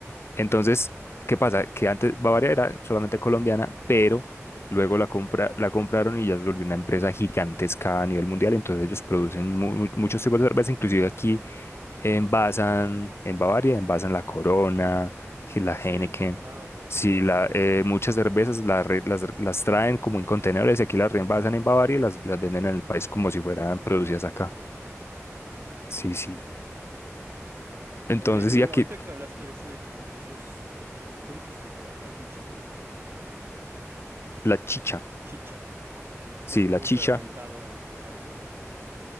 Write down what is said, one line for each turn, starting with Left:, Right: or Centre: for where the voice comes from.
Left: Entonces, ¿qué pasa? Que antes Bavaria era solamente colombiana, pero luego
Right: Ok,
Left: la compra, la compraron y ya se volvió una empresa gigantesca a nivel mundial. Entonces
Right: ok,
Left: ellos producen
Right: ok.
Left: mu- mu- muchos tipos de cerveza, inclusive aquí envasan en Bavaria, envasan la Corona, que la
Right: ¿Ah, sí?
Left: Heineken.
Right: Ah, ok, ok.
Left: Sí, la, eh, muchas cervezas la re- las, las traen como en contenedores y aquí las reenvasan en Bavaria y las, las venden en el país como
Right: Mm,
Left: si fueran
Right: Ah,
Left: producidas
Right: ok,
Left: acá.
Right: ok. Muy bien.
Left: Sí, sí.
Right: No sabía, fíjate.
Left: Entonces,
Right: Oye, y ahor-
Left: y aquí
Right: ahorita que hablaste de ese, como de esos, eh, ¿qué dijiste que era la picha? ¿Qué es eso? ¿O cómo era?
Left: la chicha.
Right: Chicha, que
Left: Sí,
Right: es como
Left: la
Right: un
Left: chicha.
Right: fermentado que cada quien hace en su casa.